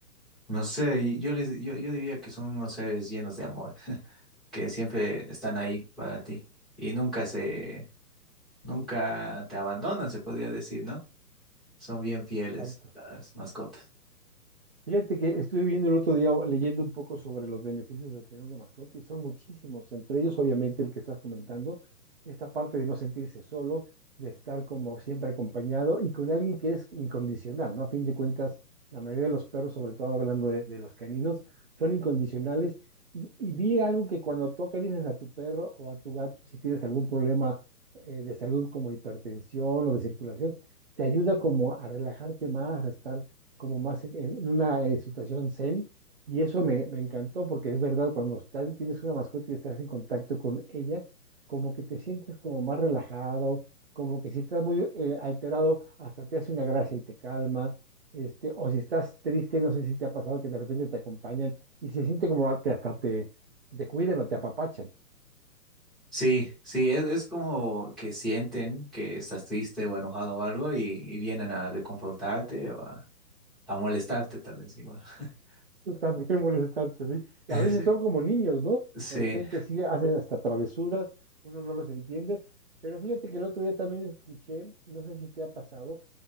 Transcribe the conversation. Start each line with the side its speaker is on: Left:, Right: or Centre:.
Centre: No sé, y yo les, yo, yo diría que son unos seres llenos de amor, <laughs> que siempre están ahí para ti y nunca se, nunca te abandonan, se podría decir, ¿no? Son bien fieles
Right: Exacto.
Centre: las mascotas.
Right: Fíjate que estuve viendo el otro día, o leyendo un poco sobre los beneficios de tener una mascota y son muchísimos, entre ellos obviamente el que estás comentando, esta parte de no sentirse solo, de estar como siempre acompañado y con alguien que es incondicional, ¿no? A fin de cuentas, la mayoría de los perros, sobre todo hablando de, de los caninos, son incondicionales y, y vi algo que cuando tú acaricias a tu perro o a tu gato, si tienes algún problema eh, de salud como hipertensión o de circulación, te ayuda como a relajarte más, a estar como más en en una eh, situación zen, y eso me, me encantó porque es verdad, cuando estás- tienes una mascota y estás en contacto con ella, como que te sientes como más relajado, como que si estás muy eh, alterado, hasta te hace una gracia y te calma, este, o si estás triste, no sé si te ha pasado que de repente te acompañan y se siente como que hasta te, te cuiden o te apapachan.
Centre: Sí, sí, es, es como que sienten que estás triste o enojado o algo y, y vienen a reconfortarte o a, a molestarte tal vez igual. <laughs>
Right: <laughs> Yo También molestante, sí. Y
Centre: Sí.
Right: a veces son como niños, ¿no?
Centre: Sí,
Right: De repente sí hacen hasta travesuras, uno no los entiende. Pero fíjate que el otro día también escuché, no sé si te ha pasado,